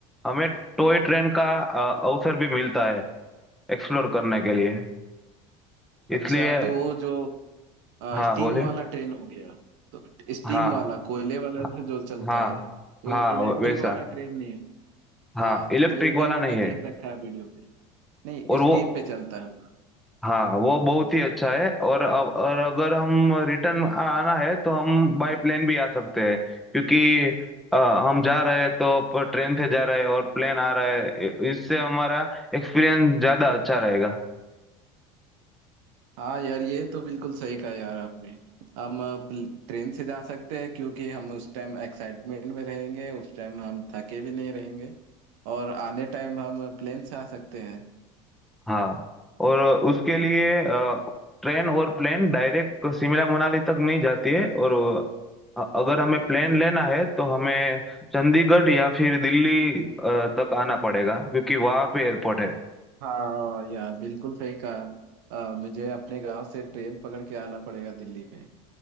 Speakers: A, in the centre; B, on the right.
A: हमें टॉय ट्रेन का अ, अवसर भी मिलता है एक्सप्लोर करने के लिए
B: अच्छा
A: इसलिए
B: तो वो जो आ,
A: हाँ
B: स्टीम
A: बोले
B: वाला ट्रेन हो गया तो स्टीम
A: हाँ
B: वाला कोयले वाला
A: हाँ
B: से जो चलता
A: हाँ
B: है जो
A: हाँ
B: इलेक्ट्रिक
A: वैसा
B: वाला ट्रेन नहीं है
A: हाँ
B: हाँ
A: इलेक्ट्रिक
B: तो वो भी
A: वाला
B: मैंने
A: नहीं है
B: देख रखा है वीडियो पे नहीं
A: और वो
B: स्टीम पे चलता है वो
A: हाँ वो बहुत ही अच्छा है और अब- और अगर हम रिटर्न आना है तो हम बाय प्लेन भी आ सकते हैं क्योंकि अ, हम जा रहे हैं तो ट्रेन से जा रहे हैं और प्लेन आ रहा है इ- इससे हमारा एक्सपीरियंस ज़्यादा अच्छा रहेगा
B: हाँ यार ये तो बिल्कुल सही कहा यार आपने हम ट्रेन से जा सकते हैं क्योंकि हम उस टाइम एक्साइटमेंट में रहेंगे उस टाइम हम थके भी नहीं रहेंगे और आधे टाइम हम प्लेन से आ सकते हैं
A: हाँ और उसके लिए अ, ट्रेन और प्लेन डायरेक्ट शिमला मनाली तक नहीं जाती है और अ, अगर हमें प्लेन लेना है तो हमें चंडीगढ़ या फिर दिल्ली अ, तक आना पड़ेगा क्योंकि वहाँ पे एयरपोर्ट है
B: हाँ यार बिल्कुल सही कहा अ, मुझे अपने गांव से ट्रेन पकड़ के आना पड़ेगा दिल्ली में